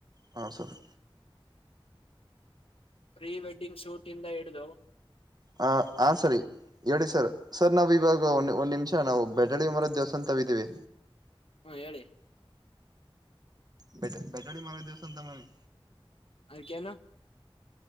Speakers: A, on the right; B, on the left.
A: ಹೌ ಸರಿ
B: ಪ್ರೀ ವೆಡ್ಡಿಂಗ್ ಶೂಟ್ ಇಂದ ಹಿಡಿದು
A: ಹ ಹ ಸರಿ ಹೇಳಿ ಸರ್ ಸರ್ ನಾವ್ ಇವಾಗ ಒ ಒಂದು ನಿಮಿಷ ನಾವು ಬೆ ನೆರಳಿ ಮರ ದೇವಸ್ಥಾನ ತಾವ ಇದೀವಿ
B: ಹ್ಮ ಹೇಳಿ
A: ಬೆ ಬೆಟಲಿ ಮರದ ದಿವಸ ಮಾರಾಯ್
B: ಅದಕ್ಕೇನು